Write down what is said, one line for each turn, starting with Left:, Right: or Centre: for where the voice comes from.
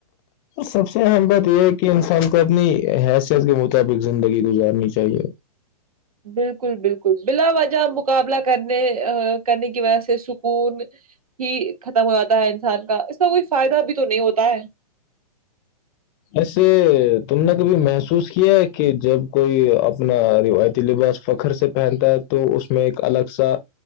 Left: سب سے اہم بات یہ ہے کہ انسان کو اپنی حیثیت کے مطابق زندگی گزارنی چاہیے
Right: بالکل بالکل بلا وجہ مقابلہ کرنے کرنے کی وجہ سے سکون ہی ختم ہو جاتا ہے انسان کا اس کا کوئی فائدہ بھی تو نہیں ہوتا ہے
Left: ایسے تم نے کبھی محسوس کیا ہے کہ جب کوئی اپنا روایتی لباس فخر سے پہنتا ہے تو اس میں ایک الگ سا